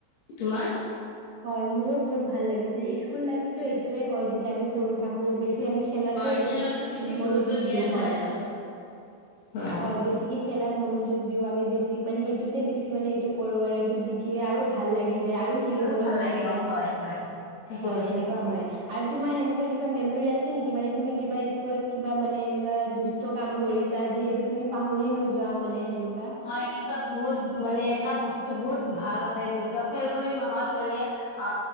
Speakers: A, on the left (about 55°); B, on the right (about 50°).
A: তোমাৰ।
B: হয় মোৰো বহুত ভাল লাগিছে স্কুল লাইফতো এইটোয়ে হয় যেতিয়া আমি সৰু থাকো বেছি আমি খেলাতে
A: হয়
B: এইটোত
A: খেলাতো বেছি গুৰুত্ব
B: মনোযোগ
A: দিয়া
B: দিও
A: যায়
B: হয়।
A: আৰু অ
B: হয় বে ছিকৈ খেলাত মনোযোগ দিওঁ আমি বেছি মানে সেইটোতে বেছি মানে এইটো কৰোঁ আৰু এইটোত জিকিলে আৰু ভাল লাগি যায় আৰু খেলিবলৈ
A: ভাল
B: মন
A: লাগে
B: যায়
A: অ হয় হয় ঠিকে
B: হয়
A: কৈছা
B: এনেকুৱা
A: তুমি
B: হয়। আৰু তোমাৰ সেনেকুৱা কিবা মেমৰি আছে নেকি মানে তুমি কিবা স্কুলত কিবা মানে এনেকুৱা দুষ্ট কাম কৰিছা যি হেতু তুমি পাহৰি নোযোৱা মানে সেনেকুৱা?
A: হয় এনেকুৱা বহুত মানে এটা বস্তু বহুত ভাল আছে যেনেকুৱা ফেব্ৰুৱাৰী মাহত মানে আ